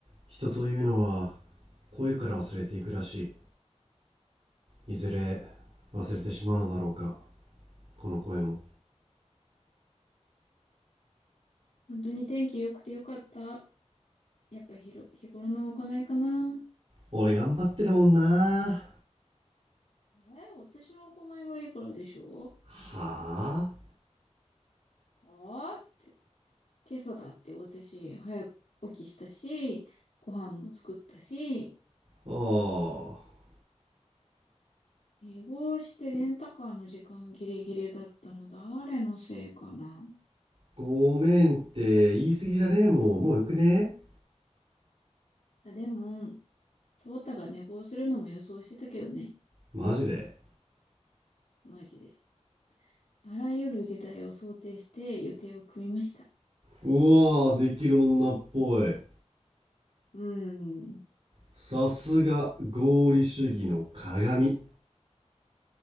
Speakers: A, on the right; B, on the left.
A: 人というのは声から忘れていくらしいいずれ忘れてしまうのだろうかこの声も
B: 本当に天気良くてよかった。やっぱひろ、日頃の行いかな。
A: 俺頑張ってるもんな
B: えー私の行いはいくらでしょ
A: はあ
B: うはぁって。今朝だって私、早く起きしたし、ご飯も作ったし、
A: ああ
B: 寝坊してレンタカーの時間ギリギリだったの誰のせいかな。
A: ごめんって言い過ぎじゃねえもんもうよくねえ
B: あ、でも、ソータが寝坊するのも予想してたけどね。
A: マジで
B: マジで。あらゆる事態を想定して予定を組みました。
A: うわあできる女っぽい
B: うーん。
A: さすが合理主義の鏡